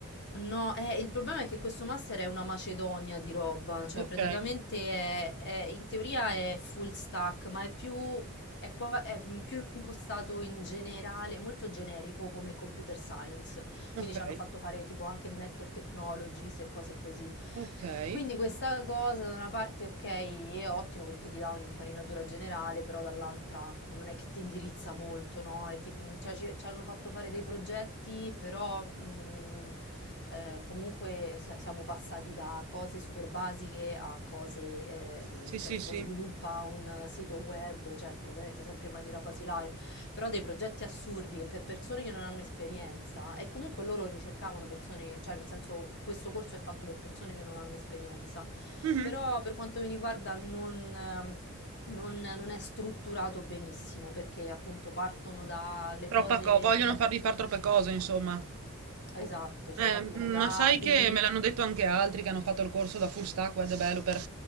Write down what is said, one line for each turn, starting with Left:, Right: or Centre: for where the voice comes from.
Left: No, eh, il problema è che questo master è una macedonia di roba, cioè
Right: Ok,
Left: praticamente è, è- in teoria è full stack, ma è più, è qua- è più impostato in generale, molto generico come computer science.
Right: ok,
Left: quindi ci hanno fatto fare tipo anche network technologies e cose così.
Right: ok.
Left: Quindi questa cosa da una parte ok è ottimo perché ti dà un'infarinatura generale, però dall'altra non è che ti indirizza molto, no? E ti- cioè, ci, ci hanno fatto fare dei progetti, però mh, eh, comunque s- siamo passati da cose super basiche a cose, ehm,
Right: Sì,
Left: cioè
Right: sì,
Left: tipo
Right: sì.
Left: sviluppa un sito web, certo ovviamente sempre in maniera basilare, però dei progetti assurdi che per persone che non hanno esperienza e comunque loro ricercavano persone, che- cioè nel senso questo corso è fatto per persone che non hanno esperienza,
Right: Mhm.
Left: però per quanto mi riguarda non, ehm, non- non è strutturato benissimo perché appunto partono dalle
Right: Troppa
Left: cose,
Right: co- vogliono
Left: cioè
Right: farvi fare troppe cose, insomma.
Left: esatto, cioè
Right: Eh,
Left: partono
Right: ma
Left: da
Right: sai
Left: A, B,
Right: che me l'hanno detto anche altri che hanno fatto il corso da full stack web developer.